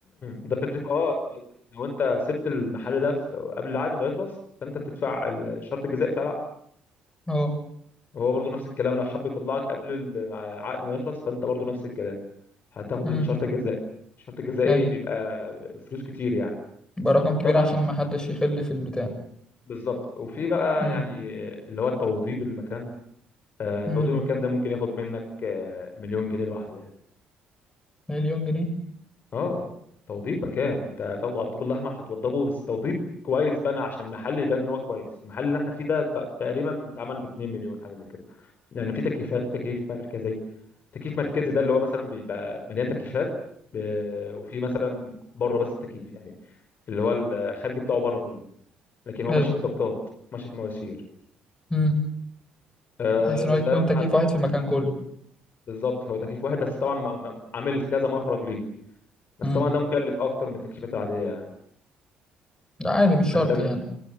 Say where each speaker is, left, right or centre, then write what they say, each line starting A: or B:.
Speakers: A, on the left; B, on the left.
A: ده تكلفة أه أنت مثلاً لو أنت سبت المحل ده في- قبل العقد ما يخلص فأنت بتدفع الشرط الجزائي بتاع
B: اه
A: هو برضو نفس الكلام لو حب يطلعك قبل العقد ما يخلص فانت برضو نفس الكلام هتاخد
B: امم
A: الشرط الجزائي الشرط الجزائي
B: ايوه
A: بيبقى فلوس كتير يعني
B: يبقى رقم كبير
A: طبعا
B: عشان
A: في-
B: ما حدش يخل في البتاع
A: بالظبط وفي بقى
B: امم
A: يعني اللي هو التوضيب المكان آه،
B: امم
A: توضيب المكان ده ممكن ياخد منك آه، مليون جنيه لوحده يعني
B: مليون جنيه
A: اه توضيب مكان انت هتاخده على الطوب الاحمر هتوضبه بس توضيب كويس بقى عشان المحل يبان ان هو كويس المحل اللي احنا فيه ده ت- تقريبا اتعمل ب 2 مليون حاجه زي كده لان في تكييفات وتكييف مركزي تكييف مركزي ده اللي هو مثلا بيبقى مليان تكييفات ب- وفي مثلا بره بس التكييف يعني اللي هو الخارجي بتاعه بره كله لكن هو
B: ايوه
A: ماشي في ضغطات ماشي في مواسير
B: امم
A: آه،
B: بحيث ان هو يكون
A: ده لو انت
B: تكييف
A: حابب
B: واحد في المكان كله
A: بالظبط هو تكييف واحد بس طبعا م- م- عامل كذا مخرج ليه بس
B: امم
A: طبعا ده مكلف اكتر من التكييفات العاديه يعني
B: ده عادي مش شرط
A: يعني ده
B: يعني